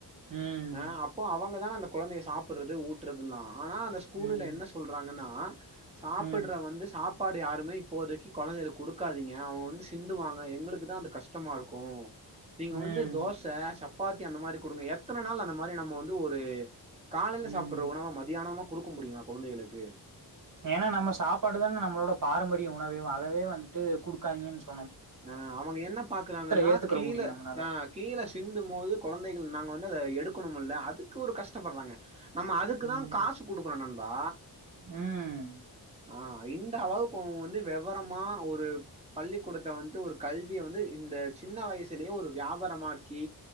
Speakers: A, on the right; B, on the right.
A: ம்
B: அஹ் அப்போ அவங்க தா அந்த கொழந்தைய சாப்பறது ஊட்டுறதுல்லா ஆனா அந்த ஸ்கூலுல
A: ம்
B: என்ன சொல்றாங்கன்னா ஆ சாப்புட்றா
A: ம்
B: வந்து சாப் பாடு யாருமே இப்போதைக்கி கொழந்தைகளு குடுக்காதீங்கே அவுங்கே வந்து சிந்துவாங்க எங்குளுக்குதா அந்த கஷ் ஷ்டமா இருக்கோ நீங்கே
A: ம்
B: வந்து தோச சப் பாத்தி அந்த மாரி குடுங்க எத்தன நாள் அந்த மாரி நம்மோ வந்து ந்து ஒரு காலைல சாப்டுற
A: ம்
B: உணவ மதியானமா குடுக்க முடியம். கொழந்தைகளுக்கு.
A: ஏன்னா நம்ம சாப்பாடுதனே நம்ளோட பாரம்பரிய உணவேம் அதவே வந்ட்டு குடுக்காதீங்கன் சொ
B: அஹ்ன் அவங்க என்ன பாக்குறாங்கன்னா
A: ஏத்துக்கிற
B: கீழே
A: முடியு நம்மனால
B: அஹ்ன் கீழே சிந்தும் மோது குழந்தைகள் நாங்க வ ன்னத எடுக்குனுமுல்லே அதுக்கு ஒரு கஷ்டப்பட்றாங்கே நம்ம அதுக்குதா
A: ம்
B: காசு குடுக்றோ நண்பா
A: ம்
B: ஆ இந்த அளவுக்கோ வந்து வெவரமா மா ஒரு பள்ளிக்கூடத்த வந் து ஒரு கல்விய வந்து இந்த சின்ன வயசிலியோ ஒரு வியாபாரமாக்கி